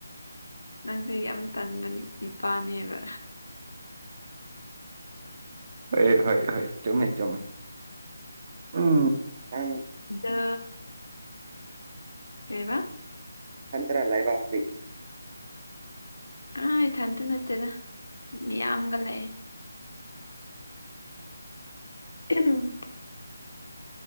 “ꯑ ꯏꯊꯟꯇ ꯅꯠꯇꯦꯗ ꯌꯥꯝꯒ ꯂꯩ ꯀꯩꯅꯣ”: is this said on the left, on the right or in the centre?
Left